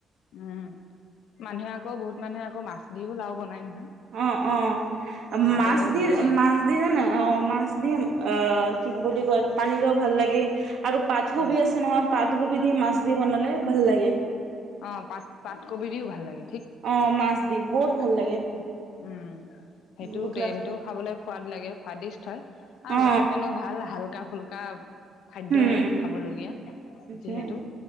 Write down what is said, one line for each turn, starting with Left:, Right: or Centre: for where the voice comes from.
Left: উম মানুহে আকৌ বহুত মানুহে আকৌ মাছ দিওঁ লাওঁ বনাই নহয়।
Right: অঁ-অঁ।
Left: খাবলৈও
Right: মাছ দি
Left: ভালেই লাগে
Right: মাছ দি জানা অঁ মাছ দি আহ কি বুলি কয় পানী লাঁও ভাল ভাল লাগে আৰু পাত কবি
Left: উম
Right: আছে নহয় পাত কবি দি মাছ দি বনালে ভাল লাগে।
Left: অঁ পাত-পাত কবি দিওঁ ভাল লাগে।
Right: অঁ মাছ দি বহুত ভাল ল।
Left: উম উম। সেইটোৱে
Right: বুটলাছ
Left: সেইটোৰ খাবলৈ সোৱাদ লাগে। সোৱাদিষ্ট হয় আৰু
Right: অ
Left: গাৰ কেনেও ভাল ভাল কা ফুল্কা খাদ্য
Right: উম
Left: হয় খাবলগীয়া
Right: সেইটোৱে
Left: যিহেতু।